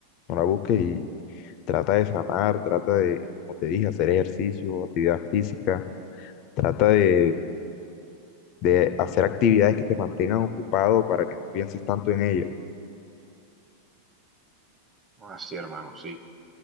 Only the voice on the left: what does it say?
no la busques y trata de sanar, trata de, como te dije, hacer ejercicio, actividad física, trata de, de hacer actividades que te mantengan ocupado para que no pienses tanto en ellas.